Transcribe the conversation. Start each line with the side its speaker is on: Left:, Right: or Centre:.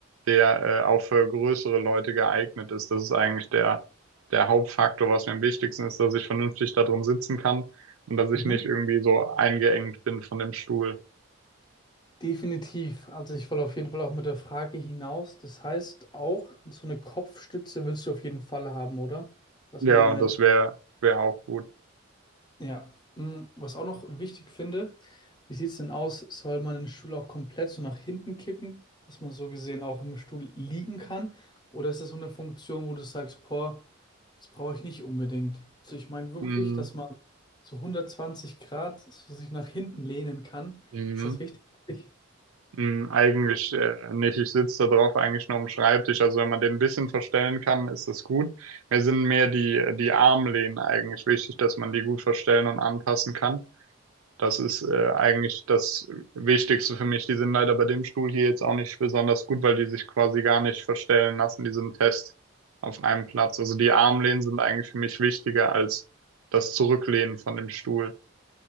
Right: der äh, auch für größere Leute geeignet ist. Das ist eigentlich der, der Hauptfaktor, was mir am wichtigsten ist, dass ich vernünftig da drin sitzen kann und dass ich
Left: Mhm.
Right: nicht irgendwie so eingeengt bin von dem Stuhl.
Left: Definitiv. Also ich will auf jeden Fall auch mit der Frage hinaus. Das heißt auch, so eine Kopfstütze willst du auf jeden Fall haben, oder? Dass
Right: Ja,
Left: man eventuell.
Right: das wäre, wäre auch gut.
Left: Ja. Hm, Was auch noch wichtig finde, wie sieht es denn aus? Soll man den Stuhl auch komplett so nach hinten kippen, dass man so gesehen auch im Stuhl liegen kann? Oder ist das so eine Funktion, wo du sagst, boah, das brauche ich nicht unbedingt? Also ich meine wirklich,
Right: Mhm.
Left: dass man so 120 Grad so sich nach hinten lehnen kann.
Right: Mhm.
Left: Ist das wichtig für dich?
Right: Hm, eigentlich äh, nicht. Ich sitze da drauf eigentlich nur am Schreibtisch. Also wenn man den ein bisschen verstellen kann, ist das gut. Mir sind mehr die, die Armlehnen eigentlich wichtig, dass man die gut verstellen und anpassen kann. Das ist äh, eigentlich das Wichtigste für mich. Die sind leider bei dem Stuhl hier jetzt auch nicht besonders gut, weil die sich quasi gar nicht verstellen lassen. Die sind fest auf einem Platz. Also die Armlehnen sind eigentlich für mich wichtiger als das Zurücklehnen von dem Stuhl.